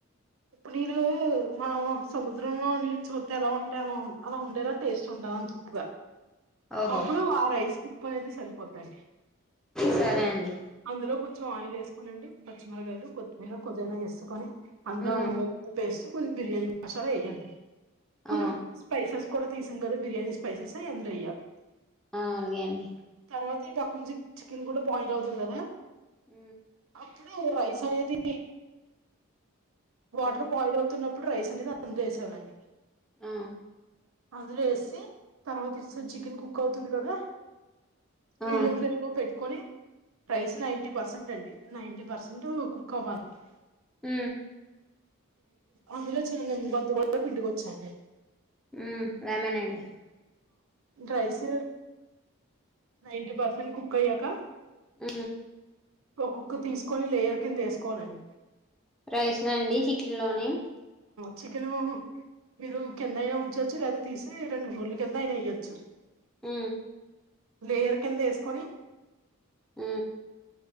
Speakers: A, on the right; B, in the centre.
A: ఉప్పు నీళ్ళలో మనం సముద్రంలో నీళ్ళు చూతే ఎలా ఉంటే. అలవున్ అలా ఉండేలా టేస్ట్ చుండం తిప్పుగా.
B: ఓహో
A: అప్పుడు ఆ రైస్ కుప్ అనేది సరిపోధండి.
B: సరే అండి
A: అందులో కొంచెం ఆయిల్ వేసుకోనిండి పచ్చిమిరకాయలు కొత్తిమీర కొదిగానా వేసుకొని అందు
B: ఉమ్
A: అలం పేస్ట్ కొ బిర్యానీ మసాలా వెయ్యంది కొన్ని
B: ఆ
A: స్పైసెస్ కూడా తీసాం కదా బిర్యానీ స్పైసెస్ ఎందులో ఇయ్యాలి
B: ఆ అలాగే అండి
A: తర్వాత ఈ పక్క నుంచి చికెన్ కూడా బాయిల్ అవుతుంది కదా
B: ఆ
A: ఇప్పుడ రైస్ అనేది వాటర్
B: ఉమ్
A: బాయిల్ అవుతున్న ఇప్పుడు రైస్ ఉంటే అందు వేవాాలండి
B: ఆ
A: అందులో వేసి తర్వాత ఇస్తే చికెన్ కుక్ అవుతుంది కదా
B: ఆ
A: మీడియం ఫ్లేమ్ లో పెట్టుకొని ప్రైస్ నైన్ంటీ పర్సెంట్ అండి నైంటటీ పర్సెంట్ కుక్ అవ్వాలడి
B: ఆ
A: అందులోడి వద్ద కూడా పిండికి వచ్చాండి
B: ఉ వేమేనాండి
A: రైస్ నైంటీ పర్సెంట్ కుక్ అయ్యాక
B: ఆ
A: ఒక్కొక్క తీసుకొని లేయర్ కింద వేసుకోనండి
B: రైస్ నండి చికెన్ లోని
A: చికెను మీరు కింద అయినా ఉంచొచ్చు లేదా తీసి రెండు బోర్లు కింద అయినా ఇయ్యొచ్చు
B: ఆ
A: లేయర్ కింద వేసుకొని
B: ఆ